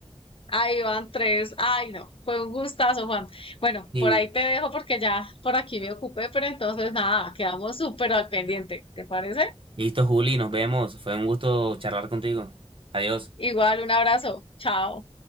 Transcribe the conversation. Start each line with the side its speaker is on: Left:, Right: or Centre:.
Left: Ahí van tres. Ay, no, fue un gustazo, Juan. Bueno,
Right: Sí.
Left: por ahí te dejo porque ya por aquí me ocupé, pero entonces nada, quedamos súper al pendiente, ¿te parece?
Right: Listo, Juli, nos vemos. Fue un gusto charlar contigo. Adiós.
Left: Igual, un abrazo. Chao.